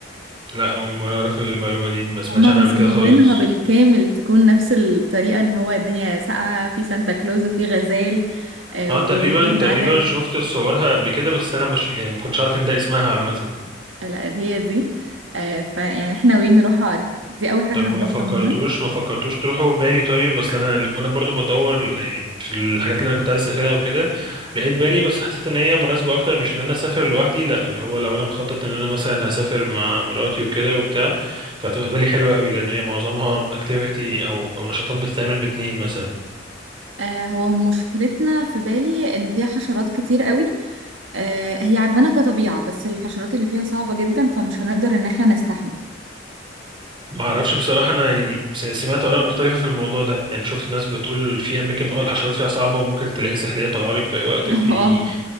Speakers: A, on the right (about 25°); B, on the right (about 75°).
A: لا أول مرة أعرف المعلومة دي ما سمعتش
B: هما
A: عنها
B: مصممينها
A: قبل كده خالص
B: بالكامل تكون نفس الطريقة ان هو الدنيا ساقعة في سانتا كلوز وفي غزال آه،
A: اه تقريبا
B: وبيجر
A: تقريبا
B: عجل
A: شفت صورها قبل كده بس انا مش يعني ما كنتش عارف ان ده اسمها عامة
B: آه، لا هي دي آه، فيعني احنا وين نروحها دي اول حاجة
A: طب ما
B: هنروحها
A: فكرتوش
B: عموما
A: ما فكرتوش تروحوا بالي طيب اصل انا وانا برضو بدور يعني في الحاجات اللي انا كنت عايز اسافرها وكده لقيت بالي بس حسيت ان هي مناسبه اكتر مش ان انا اسافر لوحدي لا اللي هو لو انا مخطط ان انا مثلا هسافر مع مراتي وكده وبتاع فهتبقى بالي حلوه قوي لان هي معظمها اكتيفيتي او او نشاطات بتتعمل باتنين مثلا
B: آه، هو مشكلتنا في بالي ان فيها حشرات كتير قوي آه، هي عجبانا كطبيعة بس الحشرات اللي فيها صعبة جدا فمش هنقدر ان احنا نستحمل
A: ما اعرفش بصراحه انا يعني س- سمعت اراء مختلفه في الموضوع ده يعني شفت ناس بتقول في اماكن اه الحشرات فيها صعبه وممكن تلاقي سحليه طالعه لك في اي وقت
B: <laughs>
A: وفي
B: اه